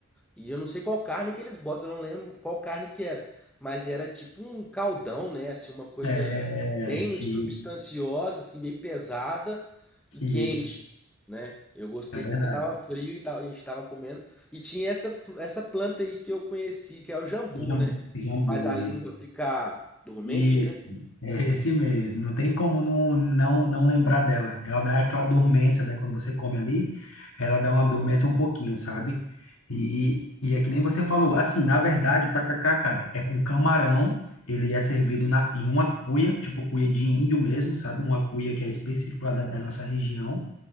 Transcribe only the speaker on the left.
É,
ti-
isso,
é verdade.
Jam-
Jambu,
isso.
Isso,
é esse mesmo. Não tem como não, não, não lembrar dela. Ela dá aquela dormência, né? Quando você come ali, ela dá uma dormência um pouquinho, sabe? E, e é que nem você falou, assim, na verdade, o tacacá, cara, é com camarão. Ele é servido na, em uma cuia, tipo cuia de índio mesmo, sabe? Uma cuia que é específica lá da da nossa região.